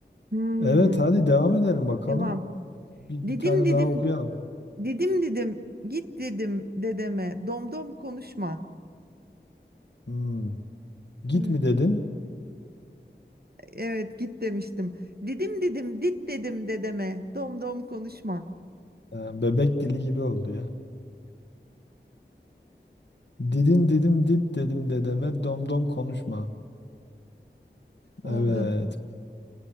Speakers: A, on the right; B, on the left.
A: Hmm.
B: Evet hadi devam edelim bakalım.
A: Devam.
B: Bir,
A: Didim
B: bir tane
A: didim.
B: daha okuyalım.
A: Didim didim. Git dedim dedeme. Domdom konuşma.
B: Hmm. Git
A: Evet.
B: mi dedin?
A: Evet git demiştim. Didim didim dit dedim dedeme. Domdom konuşma.
B: Ha, Bebek dili gibi oldu ya. Didim didim dit dedim dedeme dom dom konuşma.
A: Oldu.
B: Evet.